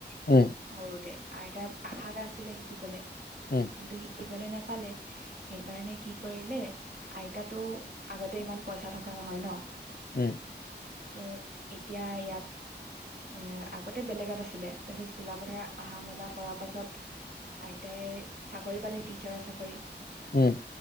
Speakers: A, on the left (about 60°); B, on the right (about 55°).
A: উম'
B: সৰুতে, আইতাৰ আশা এটা আছিলে শিকিবলে
A: উম'
B: কিন্তু শিকিবলে নাপালে। সেইকাৰণে কি কৰিলে, আইতাটো আগতে ইমান পইচা থকা নহয় ন
A: উম'-
B: ত য়া ইয়াত এ আগতে বেলেগত আছিলে তাৰপিছত চিলাপথাৰ আহা মেলা কৰাৰ পাছত আইতাই চাকৰি পালে টিচাৰৰ চাকৰি।
A: উম।